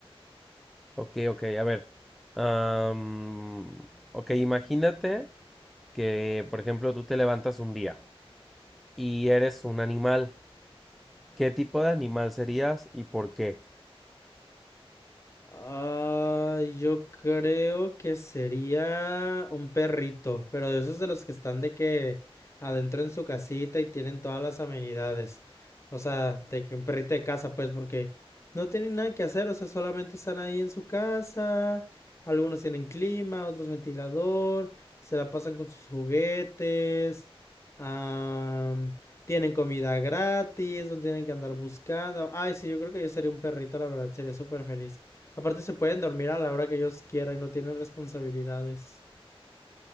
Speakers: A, in the centre; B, on the left.
A: Ok, ok, a ver. am, ok, imagínate que, por ejemplo, tú te levantas un día y eres un animal. ¿Qué tipo de animal serías y por qué?
B: Ah, yo creo que sería un perrito, pero de esos de los que están de que adentro en su casita y tienen todas las amenidades. O sea, de que un perrito de casa, pues, porque no tienen nada que hacer, o sea, solamente están ahí en su casa. Algunos tienen clima, otros ventilador, se la pasan con sus juguetes, am, tienen comida gratis, no tienen que andar buscando. Ay, sí, yo creo que yo sería un perrito, la verdad, sería súper feliz. Aparte se pueden dormir a la hora que ellos quieran, no tienen responsabilidades.